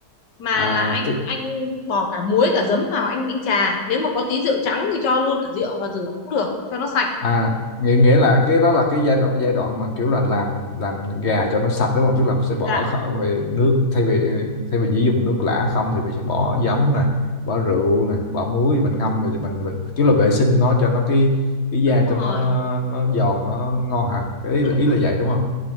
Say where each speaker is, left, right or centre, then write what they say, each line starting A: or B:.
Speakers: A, on the left; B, on the left.
A: mà
B: À
A: là anh anh bỏ cả muối cả giấm vào anh anh chà nếu mà có tí rượu trắng thì cho luôn cả rượu và rửa cũng được cho nó sạch
B: à nghĩa nghĩa là cái đó là cái giai đoạn giai đoạn mà kiểu là làm làm gà cho nó sạch đúng không tức là mình sẽ bỏ
A: dạ
B: kho- về nước thay vì thay vì chỉ dùng nước lã không thì mình sẽ bỏ giấm nè bỏ rượu nè bỏ muối mình ngâm rồi mình mình kiểu là vệ sinh nó cho nó cái cái
A: đúng
B: da cho
A: rồi
B: nó nó giòn nó ngon hả cái ý
A: đúng
B: là ý
A: rồi
B: là vậy
A: đúng
B: đúng
A: rồi
B: không